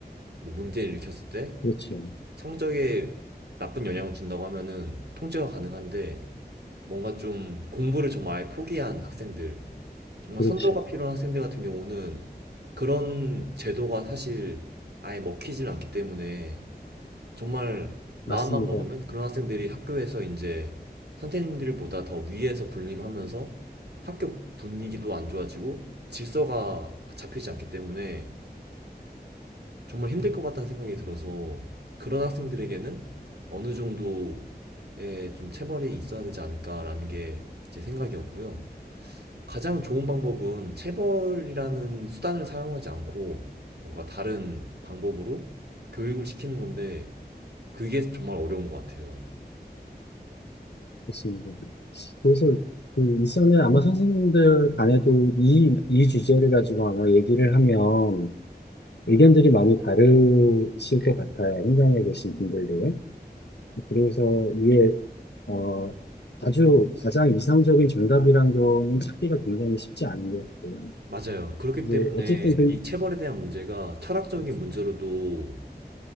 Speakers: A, on the right (about 75°); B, on the left (about 80°).
A: 뭐 문제를 일으켰을 때
B: 그렇죠,
A: 성적에 나쁜 영향을 준다고 하면은 통제가 가능한데 뭔가 좀 공부를 정말 아예 포기한 학생들 정말
B: 그렇죠,
A: 선도가 필요한 학생들 같은 경우는 그런 제도가 사실 아예 먹히질 않기 때문에 정말 마음만
B: 맞습니다,
A: 먹으면 그런 학생들이 학교에서 이제 선생님들보다 더 위에서 군림하면서 학교 분위기도 안 좋아지고 질서가 잡히지 않기 때문에 정말 힘들 것 같다는 생각이 들어서 그런 학생들에게는 어느 정도의 좀 체벌이 있어야 되지 않을까라는 게 제 생각이었고요. 가장 좋은 방법은 체벌이라는 수단을 사용하지 않고 뭔가 다른 방법으로 교육을 시키는 건데 그게 정말 어려운 것 같아요.
B: 맞습니다. 그래서 그 일선에 아마 선생님들 간에도 이, 이 주제를 가지고 아마 얘기를 하면 의견들이 많이 다르실 것 같아요. 현장에 계신 분들도. 그래서 이게 어, 아주 가장 이상적인 정답이라는 거는 찾기가 굉장히 쉽지 않은 것 같고요.
A: 맞아요. 그렇기
B: 이제
A: 때문에
B: 어쨌든 그,
A: 이 체벌에 대한 문제가 철학적인
B: 네,
A: 문제로도